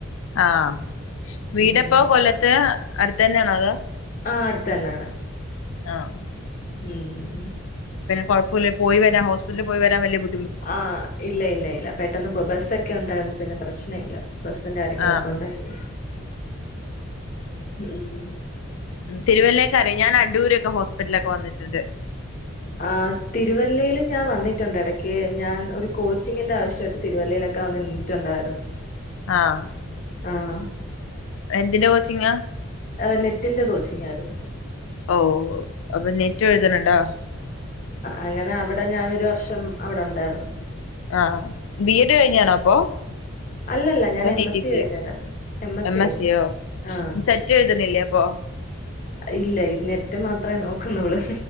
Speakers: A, on the left (about 70°); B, on the left (about 40°).
A: ആഹ് വീടെപ്പൊ
B: ഉം
A: കൊല്ലത്തെ അടുത്തന്നെയാന്നോ അതോ
B: ആഹ് അടുത്തന്നാണ്
A: ആഹ്
B: ഉം
A: കൊഴപ്പുല്ല പോയിവരാം ഹോസ്റ്റ്പിറ്റ ലി പോയി വരാം വല്ല്യബു
B: ആഹ് ഇല്ല ഇല്ല ഇല്ല പെട്ടെന്ന് പോ ബസ്സൊക്കെ ഉണ്ടായിരുന്നു പിന്നെ പ്രശ് നയില്ല ബസ്സും കാര്യങ്ങളൊക്കെ
A: ആഹ്
B: ഉണ്ടായിരുന്നു ഉം
A: തിരുവല്ലേക്കറിയൊ ഞാൻ അടൂരൊക്കെ ഹോസ്പിറ്റ്ലൊക്കെ വന്നിട്ട്ണ്ട്
B: ആഹ് തിരുവല്ലേല് ഞാൻ വന്നിട്ടുണ്ട് എടക്ക് ഞാൻ ഒരു കോച്ചിങ്ങിന്റെ ആവശ്യ തിരുവല്ലേലൊക്കെ വന്ന് നിന്നിട്ടുണ്ടായിരുന്നു
A: ആഹ്
B: ആഹ്
A: എന്തിന്റെ കോച്ചിങ്ങാ
B: ആ നെറ്റിന്റെ കോച്ചിംഗായിര്ന്ന്
A: ഓവ് അപ്പൊ നെറ്റൊഴുത്ണ് ണ്ടോ
B: അങ്ങന അവടെ ഞാനൊരു വർഷം അവടെ ഉണ്ടായിര്ന്ന്
A: ആഹ് അ ബി എഡ് കഴിഞ്ഞാണോ അപ്പൊ
B: അല്ലല്ല ഞാൻ
A: അതോ
B: എം
A: ടി
B: എസ്സി
A: ടി സിയോ
B: ഴിഞ്ഞതാ എം എസ്സി കഴിഞ്ഞ്ണ്
A: എസ് സിയോ
B: ആ
A: സെറ്റ് എഴുതണില്ലേ അപ്പൊ
B: ഇല്ല നെറ്റ് മാ അത്രയേ നോക്ക്ന്നോള്